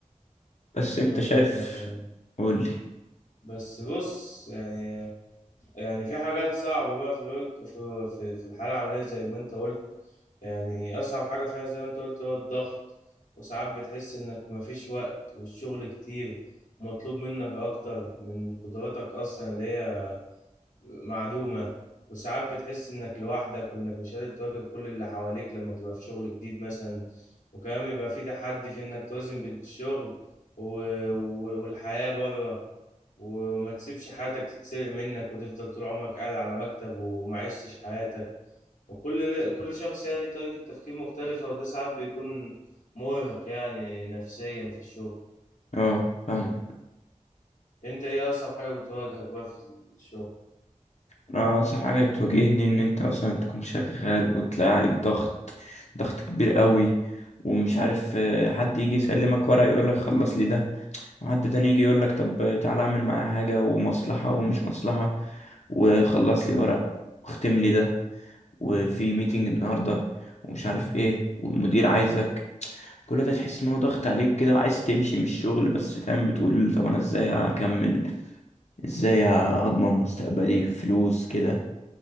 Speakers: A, on the left; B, on the left.
A: بس انت
B: طب
A: شايف
B: آه،
A: قولي
B: بس بص يعني يعني في حاجات صعبة بقى في الوج- في في في الحالة العملية زي ما أنت قلت يعني أصعب حاجة فعلا زي ما أنت قلت هو الضغط وساعات بتحس إنك مفيش وقت والشغل كتير ومطلوب منك أكتر من قدراتك أصلا اللي هي معدومة وساعات بتحس إنك لوحدك وإنك مش قادر تواكب كل اللي حواليك لما تبقى في شغل جديد مثلا وكمان بيبقى في تحدي في إنك توازن بين الشغل و- و- والحياة بره وما تسيبش حياتك تتسرق منك وتفضل طول عمرك قاعد على مكتب وما عشتش حياتك وكل كل شخص يعني ليه طريقة تفكير مختلفة وده ساعات بيكون مرهق يعني نفسيا في الشغل
A: اه فاهم
B: انت ايه اصعب حاجة بتواجهك بقى في الشغل
A: انا اصح حاجة تواجهني ان انت مثلا تكون شغال وتلاقي عليك ضغط ضغط كبير قوي ومش عارف آه، حد يجي يسلمك ورقة يقولك خلص لي ده وحد تاني يجي يقولك طب تعالى اعمل معايا حاجة ومصلحة ومش مصلحة وخلص لي ورق واختم لي ده وفي ميتنج النهارده ومش عارف ايه والمدير عايزك كل ده تحس ان هو ضغط عليك كده عايز تمشي من الشغل بس فاهم بتقول طب انا ازاي هكمل ازاي هضمن مستقبلي فلوس كده